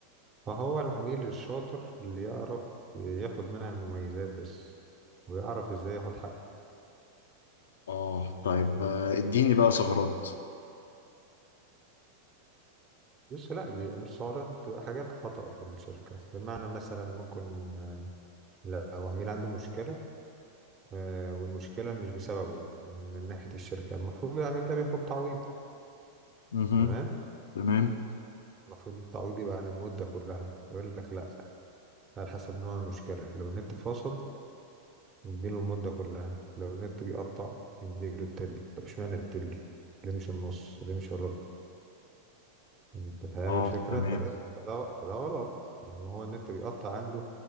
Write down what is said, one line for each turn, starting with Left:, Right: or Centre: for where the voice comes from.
Right: فهو العميل الشاطر اللي يعرف ياخد منها المميزات بس ويعرف ازاي ياخد حقه
Left: اه طيب آه، اديني بقى ثغرات
Right: لسه لا بيبقى مش سعرات بتبقى حاجات خطأ في الشركة بمعنى مثلا ممكن آه، لو عميل عنده مشكلة آه، والمشكلة مش بسببه من ناحية الشركة المفروض العميل ده بياخد تعويض
Left: مهم.
Right: تمام
Left: تمام
Right: المفروض التعويض يبقى عن المدة كلها يقول لك لا على حسب نوع المشكلة لو النت فاصل نديله المدة كلها لو النت بيقطع نديله التلت طب اشمعنى التلت ليه مش النص ليه مش الربع انت فاهم
Left: اه
Right: الفكرة
Left: تمام
Right: فده فده فده غلط لما هو النت بيقطع عنده